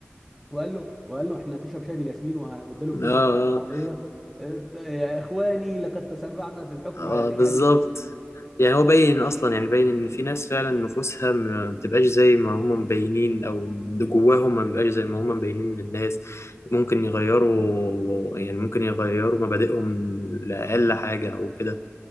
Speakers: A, in the centre; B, on the left.
A: وقال له وقال له احنا تشرب شاي بالياسمين وه- واداله فلوس
B: اه
A: وعربيه يا اخواني لقد تسرعنا في الحكم
B: اه
A: على مش
B: آه، بالظبط
A: عارف مين
B: يعني هو باين اصلا يعني باين ان في ناس فعلا نفوسها ما بتبقاش زي ما هم مبينين او اللي جواهم ما بيبقاش زي ما هم مبينين للناس ممكن يغيروا يعني ممكن يغيروا مبادئهم لاقل حاجه او كده